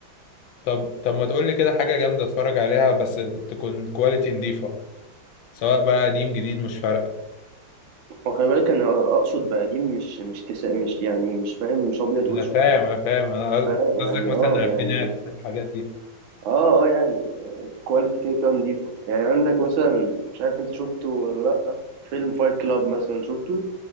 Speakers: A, on the left; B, on the right.
A: طب طب ما تقول لي كده حاجه جامده اتفرج عليها بس تكون كواليتي نضيفه سواء بقى قديم جديد مش فارقه
B: هو خلي بالك أنا أقصد بقديم مش مش تسا مش يعني مش فاهم مش أبيض وأسود
A: انا فاهم انا فاهم انا
B: فا-
A: قصدك
B: يعني
A: مثلا
B: أه
A: الفينات
B: يعني
A: الحاجات دي
B: أه أه يعني كواليتي كده كان نضيفة يعني عندك مثلا مش عارف أنت شفته ولا لأ فيلم فايت كلاب مثلا شفته